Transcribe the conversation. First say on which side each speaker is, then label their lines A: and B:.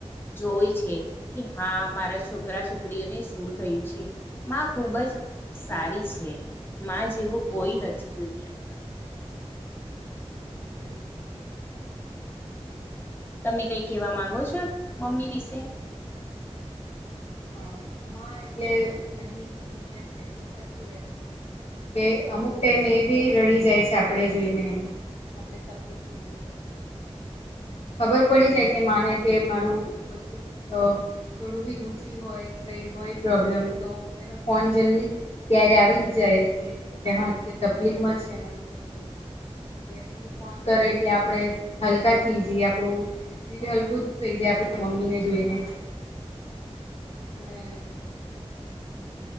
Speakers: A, on the left (about 20°); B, on the left (about 70°).
A: જોય છે. કે હા મારા છોકરા છોકરીઓને શું થયું છે માં ખુબ જ સારી છે. માં જેવો કોઈ નથી દુનિયામાં.
B: હમ
A: તમે કઈ કેવા માંગો છો મમ્મી વિશે?
B: હા એટલે બધી દુનિયા છે તો સાચી વાત છે. કે અમુક ટાઈમ એ બી રડી જાય છે આપણે જોઈને એમ. આપણે તકલીફ ન જોઈને ખબર પડી જાય કે માને કે મારું બચ્ચું થોડું બી દુખી. હોય કઈ હોય પ્રોબ્લેમ તો એનો ફોન જલ્દી ત્યારે આવી જ જાય કે કે હા કે તકલીફમાં છે મારું બચ્ચું એટલે પછી ફોન કરે એટલે આપડે હલકા થઈ જઈએ આપડું દિલ હલકું જ થઈ જાય. આપ મમ્મી ને જોઈને.
A: હ
B: અને